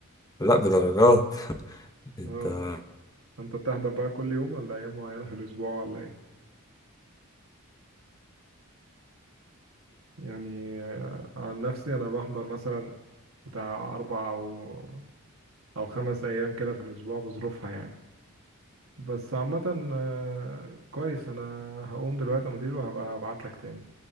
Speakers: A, on the left; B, on the right.
A: لا بدرجات <laughs> انت
B: اه انت بتحضر بقى كل يوم ولا ايام معينة في الاسبوع ولا ايه يعني آه، عن نفسي انا بحضر مثلا بتاع اربع او او خمس ايام كده في الاسبوع بظروفها يعني بس عامة آه، كويس انا هقوم دلوقتي يا مدير وهبقى ابعت لك تاني